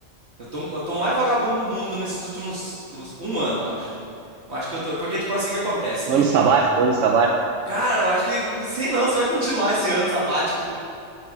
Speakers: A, on the right; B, on the right.
A: Eu tô, eu tô mais vagabundo do mundo nesses últimos os- um ano, eu acho. Eu acho que eu tô, porque, tipo, assim que acontece.
B: Ano sabático, ano sabático.
A: <laughs> Cara, eu acho que, sei não, se vai continuar esse ano sabático.